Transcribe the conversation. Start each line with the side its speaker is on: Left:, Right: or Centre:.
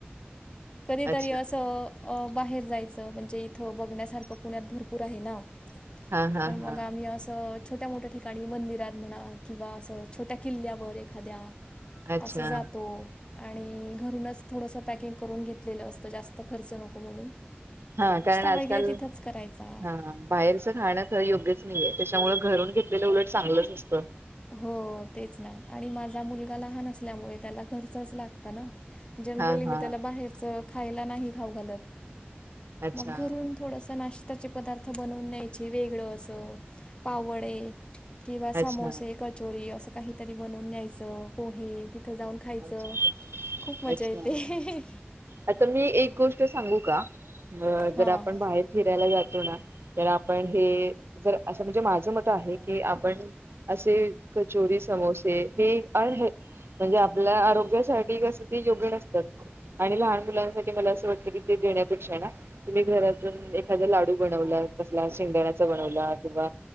Left: कधीतरी
Right: अच्छा.
Left: अस अ अ बाहेर जायचं म्हणजे इथं बघण्यासारखं पुण्यात भरपूर आहे ना.
Right: हां, हां,
Left: तर मग
Right: हां.
Left: आम्ही असं छोट्या मोठ्या ठिकाणी मंदिरात म्हणा किंवा असं छोट्या किल्ल्यावर एखाद्या
Right: अच्छा.
Left: अस जातो आणि घरूनच थोडस पॅकिंग करून घेतलेलं असतं जास् खर्च नको म्हणून
Right: हा कारण आजकाल
Left: वगैरे तिथंच करायचा
Right: हा बाहेरच खाणं त योग्यचं नाहीये त्याच्यामुळ घरून घेतलेलं उलट चांगलंच असतं.
Left: हो तेच ना आणि माझा मुलगा लहान असल्यामुळे त्याला घरचच लागतं ना. जनरली
Right: हां,
Left: मी
Right: हां.
Left: त्याला बाहेरचं खायला नाही खाऊ घालत.
Right: अच्छा,
Left: मग घरून थोडस नाश्त त्याचे पदार्थ बनवून न्यायचे वेगळ अस पाव वडे किंवा समोसे
Right: अच्छा,
Left: कचोरी असं काहीतरी बनवून न्यायचं पोहे, तीत तिथं जाऊन खायचं
Right: अच्छा,
Left: खूप मजा
Right: अच्छा.
Left: येते.
Right: आता मी एक गोष्ट सांगू का
Left: हां
Right: जर आपण बाहेर फिरायला जात तो ना तर आपण हे जर असं म्हणजे माझं मत आहे की आपण असे कचोरी समोसे हे अनं हे म्हणजे आप पल्या आरोग्यासाठी कस ते योग्य नसतात. आणि लहान मुलांसाठी मला असं वाटतं की ते देण्यापेक्षा ना तुम्ही घरातून एखादा लाडू बनवला. कसला शेंगदाण्याचा बनवला किंवा